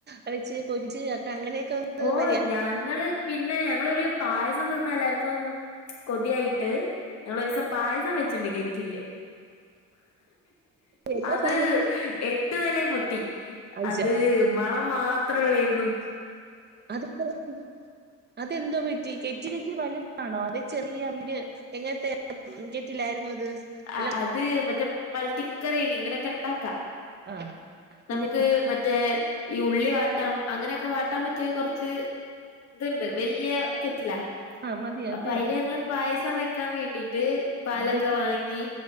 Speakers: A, on the right; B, on the left.
A: ഒഴിച്ച് പൊരിച്ച് അക്കെ അങ്ങനെയൊക്കെ ഒന്ന്
B: ഓഹ്
A: പരി
B: ഞങ്ങള് പിന്നെ ഞങ്ങളൊര് പായസം തിന്നാ എല്ലാര്ക്കും കൊതിയായിട്ട് ഞങ്ങളൊരുസം പായസം വെച്ചിണ്ട് കെറ്റില്ല്
A: എല്ലാ
B: അത്
A: സാധനങ്ങളും
B: എ ട്ട്ന്നെലേ പൊട്ടി
A: അയച്ചരാ
B: അത് മണം മാത്രള്ളേയിരുന്നു.
A: <unintelligible> പറ്റി അതെന്തോ പറ്റി കെറ്റിനച്ചി വലുതാണോ അതെ ചെറിയ വീര് എങ്ങനത്തെ ഉം കെറ്റിലായിരുന്നു അത്? എല്ലാം
B: ആ അത് മറ്റേ മൾട്ടി കുക്കറേനി ഇങ്ങനെയക്കെ ഇണ്ടാക്കാ.
A: ആഹ് പിന്നെ
B: നമുക്ക് മറ്റേ ഈ ഉള്ളി വാട്ടാം അങ്ങനെയക്കെ വാട്ടാൻ പറ്റിയ കൊറച്ച് ഇത്ണ്ട് വല്യ കെറ്റിലാ
A: ആ മതിയേ <unintelligible>
B: അപ്പൊ അയില് ഞങ്ങള് പായസം വെക്കാൻ വേണ്ടിട്ട് പാലൊക്കെ
A: എന്ത്
B: വാങ്ങി